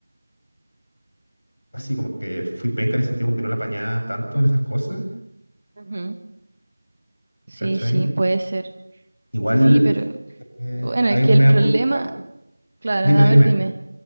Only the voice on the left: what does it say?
así como que fui penca en el sentido como que no la apañaba tanto en esas cosas,
¿cachai?
Igual
eh,
hay
un
mea
culpa.
Dime,
dime,